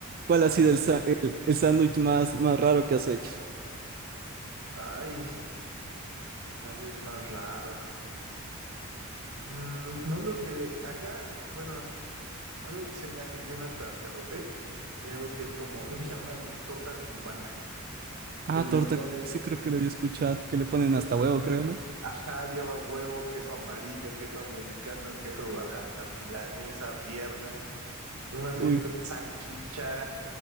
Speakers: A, on the right; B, on the right.
A: ¿Cuál
B: Entonces,
A: ha sido
B: Acá
A: el,
B: hay
A: sa-
B: un,
A: el, el sándwich más, más raro que has hecho?
B: ay, sándwich más raro. Mm, no lo sé. Acá, bueno, algo que se me hace bien atascadote, hay algo que es como, <laughs> le llaman tortas cubanas.
A: Ah,
B: Pues
A: torta.
B: le ponen
A: Sí, creo que lo había escuchado, que le ponen
B: Le
A: hasta
B: ponen,
A: huevo, creo, ¿no?
B: ajá, lleva huevo, queso amarillo, queso americano, queso Oaxaca, milanesa, pierna. ¿Qué más
A: Uy,
B: he visto? Que Salchicha,